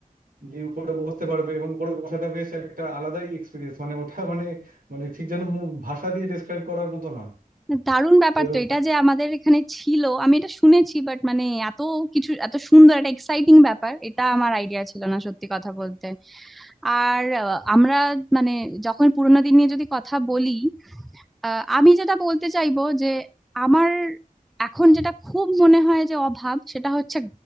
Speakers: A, on the right; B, in the centre.
A: গিয়ে উপরে বসতে পারবে এবং উপরে বসাটা বেশ একটা আলাদাই এক্সপিরিয়েন্স মানে ওটা মানে মানে ঠিক যেন মু- ভাষা দিয়ে ডেসক্রাইব করার মতো নয়
B: দারুণ ব্যাপার
A: এরকম
B: তো এটা যে আমাদের এখানে ছিল আমি এটা শুনেছি বাট মানে এত কিছু এত সুন্দর একটা এক্সাইটিং ব্যাপার এটা আমার আইডিয়া ছিল না সত্যি কথা বলতে আর আহ, আমরা মানে যখন পুরোনো দিন নিয়ে যদি কথা বলি আহ, আমি যেটা বলতে চাইবো যে আমার এখন যেটা খুব মনে হয় যে অভাব সেটা হচ্ছে